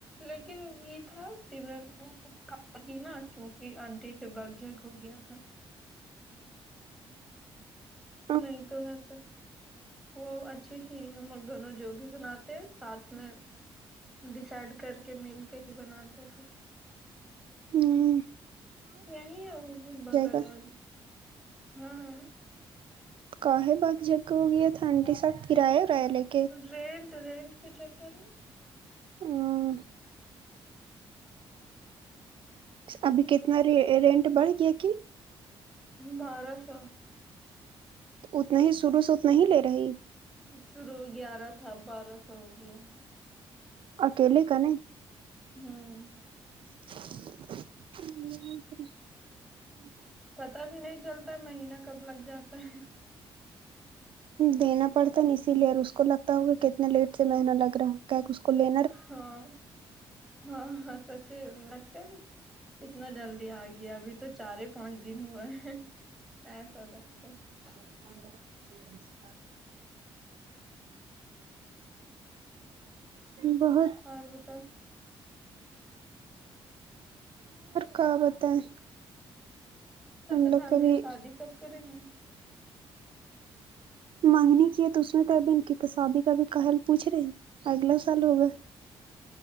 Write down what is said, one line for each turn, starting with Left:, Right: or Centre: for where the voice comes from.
Centre: لیکن یہ تھا سمرن وہ کی نا کیونکہ انٹیھی سے بگ جھگ ہو گیا تھا
Right: ہ
Centre: نہیں تو بس وہ اچھی تھی ہم لوگ دونوں جو بھی بناتے ساتھ میں ڈسائڈ کر کے مل کے ہی بناتے تھے
Right: ہوں
Centre: یہی ہے وہ بھی بغل
Right: گا
Centre: اور ہاں
Right: کااہے با جگ ہو گی ہے تھنڈی ساتب پرایا کر لگ
Centre: رینٹ رینٹ کے چیکر ہ
Right: ہ <unintelligible> ابھی کتنا رینٹ بڑھ گیا کہ
Centre: بارہ سو
Right: اتنا ہی شروع سے اتنا ہی لے رہی
Centre: شروع گیارہ تھا بارہ سو ہو گیا
Right: آک ل کان <unintelligible>
Centre: ہوں <unintelligible>
Right: ہ <inaudible>
Centre: پتا بھی نہیں چلتا مہینہ کب لگ جاتا ہے
Right: دینا پڑتا نا اسی لیے اور اس کو لگتا ہوگا کہ کتنے لیٹ سے مہینہ لگ رہا ہے کیا ک اسکول <unintelligible>
Centre: ہاں ہاں ہاں سچ <unintelligible> کتنا جلدی آ گیا ابھی تو چار پانچ دن ہوئے ہے ہاں س لگتے <unintelligible>
Right: ا <unintelligible> بہت
Centre: اور بتاو
Right: کیا بتائیں
Centre: تو سد
Right: لوگ
Centre: ہم
Right: کبھی
Centre: بھی شادی کب کریں گے
Right: مانگنی کی تو اس میں تو ابھی ان کی شادی کا بھی کہل پوچ رہے اگلے سال ہوگا